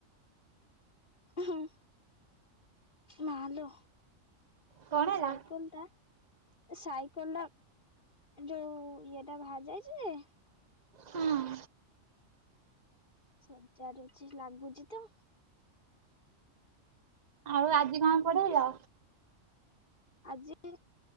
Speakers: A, on the left; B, on the right.
A: ହୁଁ। ମାଲୋ
B: କଣ
A: ସାଇକଲ
B: ହେଲା?
A: ଟା ସାଇକଲଟା ଯୋଉ ଇଏ ଟା ବାହାରି ଯାଇଛି ଯେ-
B: ହଁ।
A: ସଜାଡୁଛି ଲାଗୁଛି ତ
B: ଆଉ ଆଜି କଁ ପଢେଇଲ?
A: ଆଜି